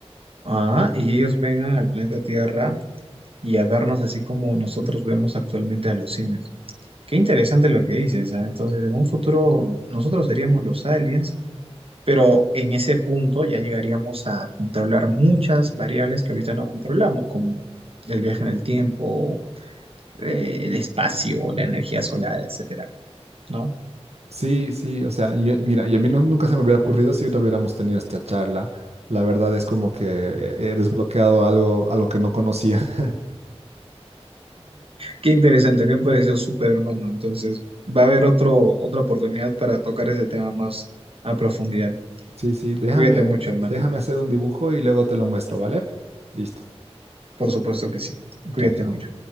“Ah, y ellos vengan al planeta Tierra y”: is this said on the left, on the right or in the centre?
Right